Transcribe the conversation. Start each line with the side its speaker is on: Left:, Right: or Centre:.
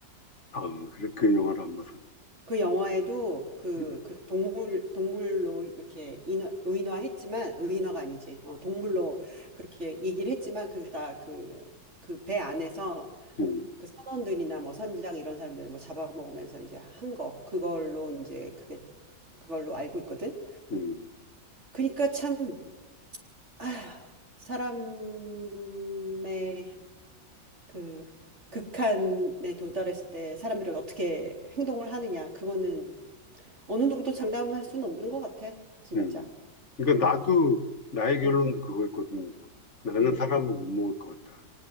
Left: 아, 그래, 그 영화를 안 봐서.
Right: 그 영화에도 그,
Left: 음,
Right: 그 동물, 동물로 이렇게 인화, 의인화했지만, 의인화가 아니지. 어, 동물로 그렇게 얘기를 했지만, 그게 다 그, 그 배 안에서
Left: 음,
Right: 그 선원들이나 뭐 선장 이런 사람들 뭐 잡아먹으면서 이제 한 거. 그걸로 이제 그게, 그걸로 알고 있거든.
Left: 음.
Right: 그러니까 참, 아, 사람의 그 극한에 도달했을 때 사람들이 어떻게 행동을 하느냐 그거는 어느 누구도 장담할 수는 없는 것 같아 진짜
Left: 음. 그러니까
Right: 음,
Left: 나도 나의 결론도
Right: 음,
Left: 그거였거든. 나는
Right: 음,
Left: 사람을 못 먹을 것 같다.